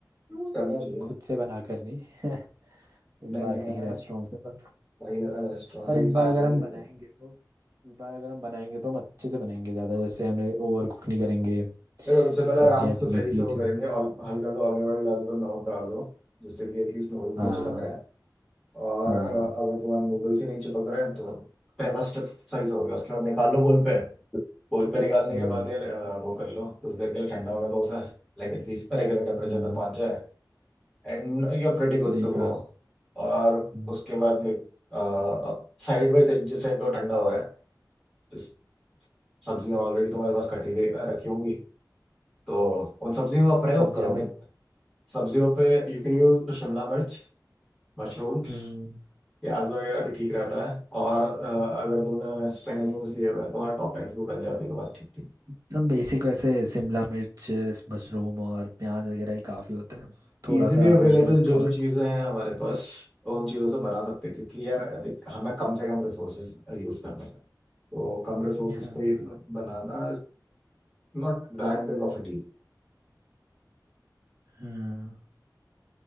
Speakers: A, in the centre; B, on the right.
A: वो करना चाहिए
B: खुद से बना कर नहीं <laughs> इस
A: नहीं
B: बार
A: नहीं मैंने
B: कहीं रेस्टोरेंट से पर,
A: वही रेस्टोरेंट
B: पर
A: से
B: इस
A: भी
B: बार
A: खा
B: अगर
A: लिया
B: हम बनाएंगे
A: लेकिन
B: तो इस बार अगर हम बनाएंगे तो हम अच्छे से बनाएंगे ज़्यादा जैसे हमने ओवर कुक नहीं करेंगे
A: देखो सबसे पहले
B: सब्जियां
A: राउंड्स को
B: थोड़ी
A: सही
B: ठीक
A: से वो
B: रहेंगी
A: करेंगे और हल्का सा ऑलिव ऑयल डाल दो नमक डाल दो जिससे कि एटलीस्ट नूडल्स
B: हाँ
A: नहीं चिपक रहे हैं और
B: हाँ
A: अ, अगर तुम्हारे नूडल्स ही नहीं चिपक रहे हैं तो पहला स्टेप सही से हो गया उसके बाद निकाल लो बोल पे बोल पे निकालने
B: हम्म,
A: के बाद यार अ, वो कर लो कुछ देर के लिए ठंडा होने दो उसे लाइक एटलीस्ट रेगुलर टेम्परेचर
B: हाँ
A: तक पहुंच जाए and you are pretty good
B: सही
A: to go
B: कहा
A: और
B: हम्म,
A: उसके बाद लाइक अब साइड बाई साइड जिस साइड पे वो ठंडा हो रहा है जिस सब्जियां ऑलरेडी तुम्हारे पास कटी हुई अ, रखी होंगी तो उन सब्जियों का प्रयोग
B: सब्जियां
A: करो
B: हमें
A: मैं सब्जियों पे यू कैन यूज शिमला मिर्च मशरूम
B: हम्म,
A: प्याज वगैरह भी ठीक रहता है और अ, अगर तुमने स्प्रिंग अनियंस लिए हुए हैं तो वहाँ टॉपिंग्स भी बन जाती है तुम्हारी ठीक ठीक
B: एकदम बेसिक वैसे शिमला मिर्च मशरूम और प्याज वगैरह ही काफ़ी होता है थोड़ा
A: इजीली
B: सा
A: अवेलेबल
B: अदरक
A: जो जो
B: और
A: चीज़ें हैं हमारे पास तो उन चीज़ों से बना सकते हैं क्योंकि यार देख, हमें कम से कम रिसोर्सेज यूज करना है तो कम रिसोर्सेज
B: हाँ
A: पे ही बनाना not that big of a deal
B: हाँ